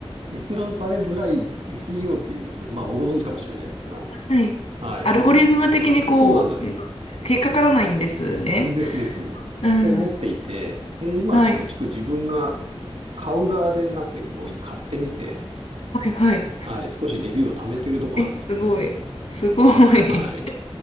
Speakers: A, on the right (about 75°); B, on the left (about 85°).
A: の閲覧されづらい SEO っていうんですけど、まあご存知かもしれないですが、
B: あ、はい。
A: はい。
B: アルゴリズム的にこう、
A: でそうなんです。
B: そう引っかからないんですね。
A: ですです。
B: うん、
A: と思っていて、で、今、
B: はい、
A: チクチク自分が買う側でになって、こう、買ってみて、
B: はい、はい。
A: はい、少しレビューを貯めてるとこなんですけどね。
B: え、すごい。すごい。<laughs>
A: はい。